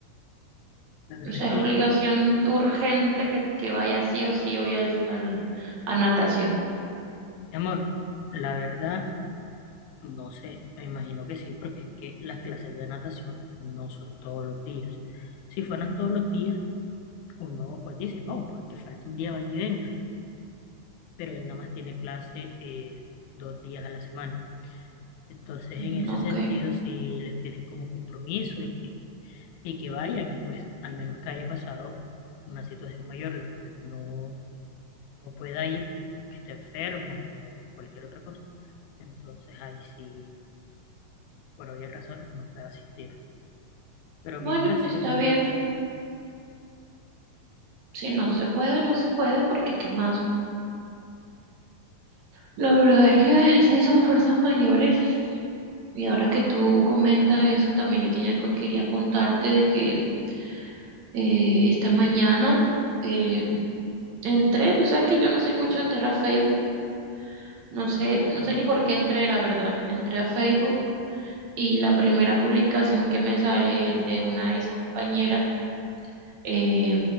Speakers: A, on the left (about 85°); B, on the right (about 55°).
A: La verdad
B: O sea,
A: es que,
B: es obligación urgente que, que vaya sí o sí hoy al, al- a natación.
A: mi amor, la verdad, no sé, me imagino que sí, porque es que las clases de natación no son todos los días. Si fueran todos los días, Uno pues dice, no, pues que falta un día, vaya y venga, pero él nada más tiene clase eh, dos días a la semana. Entonces,
B: Mm,
A: en ese
B: Ok.
A: sentido, si les piden como compromiso y que, y que vayan, y pues al menos que haya pasado una situación mayor, la cual no, no pueda ir, aunque esté enfermo o cualquier otra cosa. Entonces, ahí sí, por obvias razones, no puede asistir. Pero
B: Bueno,
A: mientras
B: pues
A: sí
B: está
A: es obligación,
B: bien. Si no se puede, no se puede, porque ¿qué más? La verdad es que sí son fuerzas mayores. Y ahora que tú comentas eso, también yo tenía, que- quería contarte de que Eh, esta mañana eh, entré, tú sabes que yo no soy mucho de entrar a Facebook, no sé,
A: y claro.
B: no sé ni por qué entré, la verdad. Entré a Facebook y la primera publicación que me sale es de una ex compañera eh,